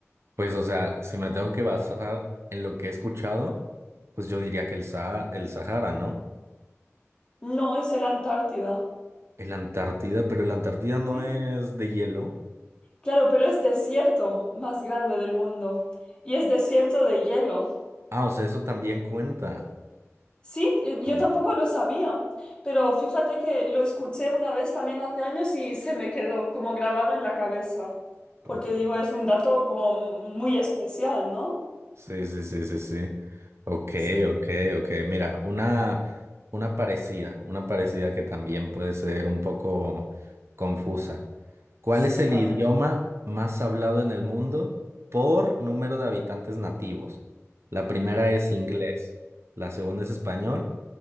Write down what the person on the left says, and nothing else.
No, es el Antártida.
Sí.
Claro, pero es desierto más grande del mundo. Y es desierto de hielo.
Sí, eh, yo
tampoco lo sabía, pero fíjate que lo escuché una vez también hace años y se me quedó como grabado en la cabeza, porque
digo, es un dato como muy especial, ¿no?
Sí,
sí,
a
ver.